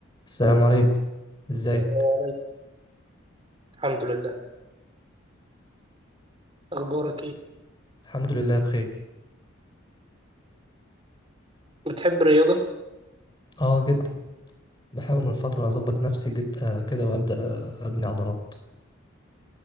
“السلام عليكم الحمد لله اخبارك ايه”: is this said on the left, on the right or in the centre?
Right